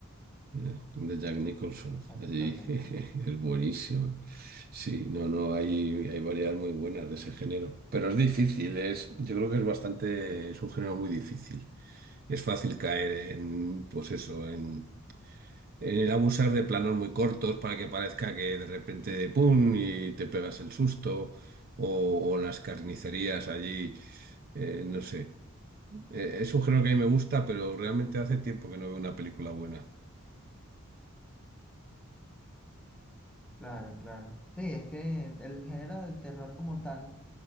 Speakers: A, on the right (about 40°); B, in the centre.
A: eh, de Jack Nicholson.
B: Exactamente.
A: Allí <laughs> es buenísima. Sí, no, no, hay, hay variedades muy buenas de ese género. Pero es difícil, es, yo creo que es bastante, es un género muy difícil. Es fácil caer en, pues eso, en El abusar de planos muy cortos para que parezca que de repente, ¡pum! y te pegas el susto. O, o las carnicerías allí, eh, no sé. Eh, es un género que a mí me gusta, pero realmente hace tiempo que no veo una película buena.
B: Claro, claro. Sí, es que el género del terror como tal